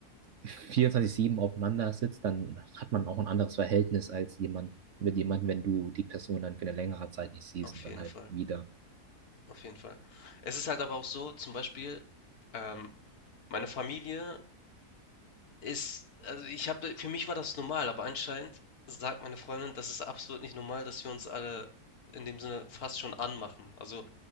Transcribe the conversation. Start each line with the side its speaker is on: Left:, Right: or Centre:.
Right: vierundzwanzig sieben aufeinander sitzt, dann hat man auch ein anderes Verhältnis als jemand mit jemandem, wenn du die Person dann für eine längere Zeit nicht siehst
Left: auf
Right: und dann
Left: jeden
Right: halt
Left: Fall.
Right: wieder.
Left: Auf jeden Fall. Es ist halt aber auch so, zum Beispiel, ähm, meine Familie Ist also, ich habe für mich war das normal, aber anscheinend sagt meine Freundin, das ist absolut nicht normal, dass wir uns alle in dem Sinne fast schon anmachen. Also,